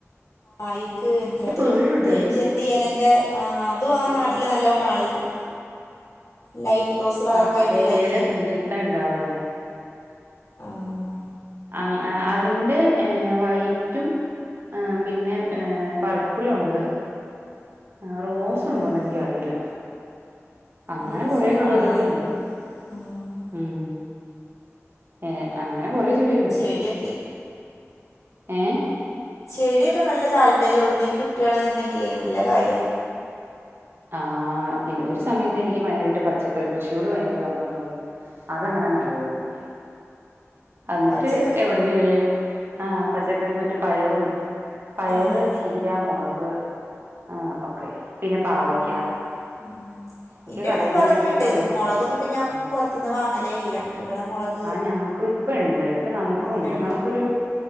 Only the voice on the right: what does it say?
കൊറേ ഉണ്ടായിരുന്നു
ഉം
ആ ഇലയുടെ
തുഞ്ചത്താ ഉണ്ടാവുന്നേ
അങ്ങ് ആഹ് അടത് എന്റെ എഹ് വൈറ്റും പിന്നെ പർപ്പിളുണ്ട് ആഹ് റോസ്
ഉണ്ടോന്ന് എനിക്കറില അങ്ങനെ
കൊറെ
കളറുകളുണ്ട്
ഉം ഏഹ് അങ്ങനെ കൊറെ ചെടികള് ഉണ്ട്
ഏഹ്
ആഹ് പിൻ ഒരു സമയത്ത് എനിക്ക് ഭയങ്കരട്ട് പച്ചക്കറി കൃഷിയോട് ഭയങ്കര കമ്പം തോന്നി. അതങ്ങനെ ന്നടുവായിര്ന്നു അന്നിട്ട്
എവ്ട്ന്നെലും ആഹ് പച്ചക്കറി മറ്റേ പയറും പയറ്,
ചീര, മൊളക് ആഹ് ഒക്കെ പിന്നെ പാവക്
കടേന്ന് മേടിക്കല് വളരെ
ചുരുക്കാ.
ആഹ് ഞങ്ങക്കു ഇപ്പണ്ട് ഇപ്പൊ ന്നമുക്കുണ്ട്
ന്നമുക്കൊരു